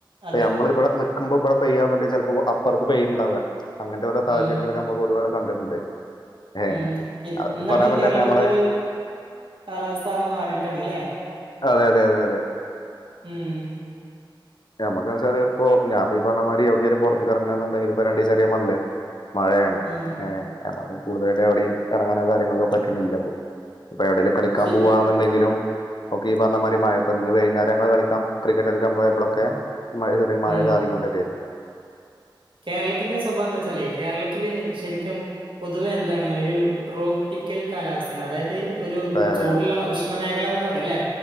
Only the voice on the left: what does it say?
പ്പ
ഞമ്മൾ ഇവിടെ നിക്കുമ്പോ ഇവിടെ പെയ്യന്നേ ചിലപ്പോ അപ്പുറത്ത് പെയ്യുണ്ടാവ അങ്ങനത്തെ ഓരോ സാഹചര്യങ്ങളൊക്കെ
നമ്മക്ക് ഒരുപാട് കണ്ടിട്ടുണ്ട് ഏഹ്
അതൊന്നും പറയാൻ
പറ്റില്ല
അപ്പൊ നമ്മള്
അതെ അതെ അതെ അതെ
മുക്കനസാരി ഇപ്പോ ഞാൻപ്പോ ഈ പറഞ്ഞ മാരി ഇവിടേക്കെങ്കിലും പുറത്ത്റങ്ങാന്നുണ്ടെങ്കിൽ ഇപ്പൊ രണ്ടീസായിട്ട് ഞാൻ പറഞ്ഞില്ലേ മഴയാണ്
ഏഹ് കൂടുതലട്ടും എവിടെയും ഇറങ്ങാനോ കാര്യങ്ങളൊക്കെ പറ്റണില്ല പ്പൊ ഇപ്പൊവിടെലും കളിക്കാൻ
പോവുകവാണുണ്ടെങ്കിലും ഒക്കെ ഈ പറഞ്ഞ മാരി മഴപ്പോ ഇന്ന് വൈകുന്നേരങ്ങള് കളിക്കാം ക്രിക്കറ്റ് കളിക്കാൻ പോയപ്പോളും ഒക്കെ മഴ ചെറിയ മഴ
ചാറിക്കൊണ്ടന്നെയെന്നു
അതെ അതെ